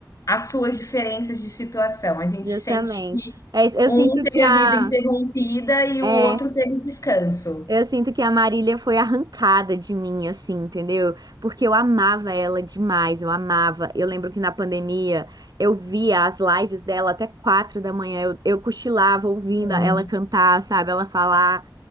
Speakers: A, on the left; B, on the right.
A: as suas diferenças de situação. A gente
B: Justamente.
A: sente que
B: É, isso, eu
A: um
B: sinto
A: teve
B: que a,
A: a vida interrompida e
B: é,
A: o outro teve descanso.
B: eu sinto que a Marília foi arrancada de mim, assim, entendeu? Porque eu amava ela demais, eu amava. Eu lembro que na pandemia eu via as lives dela até quatro da manhã, eu, eu cochilava
A: Sim.
B: ouvindo ela cantar, sabe? Ela falar.